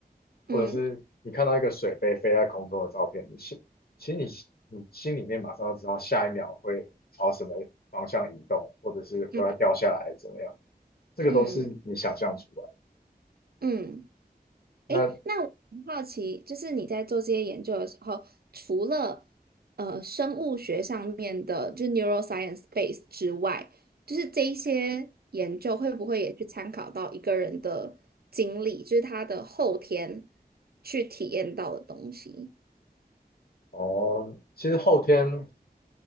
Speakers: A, on the left; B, on the right.
A: 或者是你看到一个水杯飞在空中的照片，
B: 嗯
A: 你心其实你你心里面马上就知道下一秒会朝什么方向移动，或者是会要掉下来怎么样，
B: 嗯
A: 这个都是你想象出来的。
B: 嗯嗯嗯。
A: 那
B: 诶，那我很好奇，就是你在做这些研究的时候，除了呃生物学上面的，就是 neuroscience base 之外，就是这一些研究会不会也去参考到一个人的经历，就是他的后天去体验到的东西？
A: 哦，其实后天